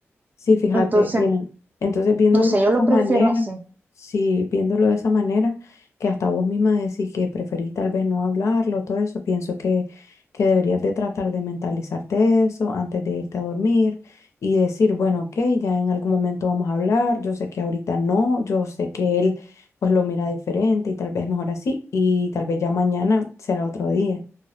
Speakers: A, on the left (about 75°); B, on the right (about 35°).
A: Sí, fíjate,
B: Entonces,
A: miren, entonces viéndolo
B: no sé,
A: de
B: yo
A: esa
B: lo prefiero
A: manera,
B: así.
A: sí, viéndolo de esa manera, que hasta vos misma decís que preferís tal vez no hablarlo, todo eso, pienso que, que deberías de tratar de mentalizarte eso antes de irte a dormir y decir, bueno, ok, ya en algún momento vamos a hablar, yo sé que ahorita no, yo sé que él pues lo mira diferente y tal vez mejor así y tal vez ya mañana será otro día